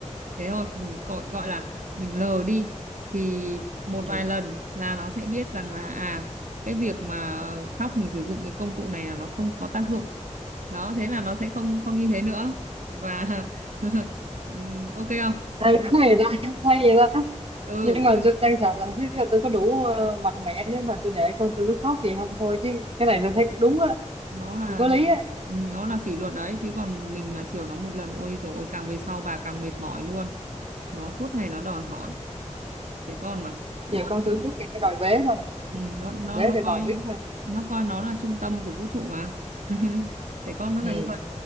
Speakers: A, on the right; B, on the right.
A: thế thôi mình gọi gọi là mình lờ đi thì một
B: Ừ.
A: vài lần là nó sẽ biết rằng là à cái việc mà khóc mình sử dụng cái công cụ này là nó không có tác dụng đó thế là nó sẽ không không như thế nữa và <laughs> ừm, ok không
B: Hay quá vậy ta, hay vậy ta.
A: ừ
B: nhưng mà
A: chứ
B: tôi đang sợ là không biết là tôi có đủ ờ, mạnh mẽ để mà tôi để con tôi nó khóc vậy không thôi chứ cái này tôi thấy cũng đúng á
A: nó là
B: cũng có lý
A: là
B: á
A: ừm, nó là kỷ luật đấy chứ còn mình mà chiều nó một lần ôi rồi ôi, càng về sau bà càng mệt mỏi luôn nó suốt ngày nó đòi hỏi trẻ con mà nó
B: giờ con tôi suốt ngày nó đòi bế thôi
A: ừm, nó nó
B: đòi bế
A: nó
B: đòi
A: coi
B: bồng biết thôi
A: nó coi nó là trung tâm của vũ trụ mà <laughs> trẻ con nó
B: ừ
A: là như vậy